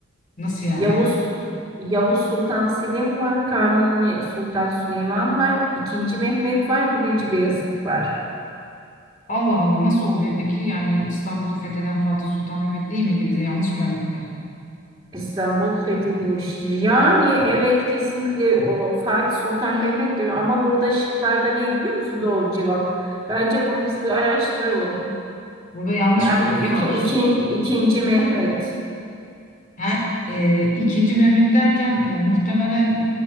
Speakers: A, on the left (about 40°); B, on the right (about 15°).
A: Nasıl yani?
B: Yavuz Yavuz Sultan Selim var, Kanuni Sultan Süleyman var, II. Mehmet var, I. Beyazıt var.
A: Allah Allah nasıl oluyor peki? Yani İstanbul'u fetheden Fatih Sultan Mehmet değil miydi? Bize yanlış mı öğrettiler?
B: İstanbul fethedilmiştir. Yani evet kesinlikle o Fatih Sultan Mehmet diyor ama burada şıklarda ne biliyor musun doğru cevap? Bence bunu biz bir araştıralım.
A: Burada yanlış
B: Yani
A: bir bilgi
B: iki,
A: var.
B: ikin, ikinci Mehmet.
A: Her, e, ikinci Mehmet derken e, muhtemelen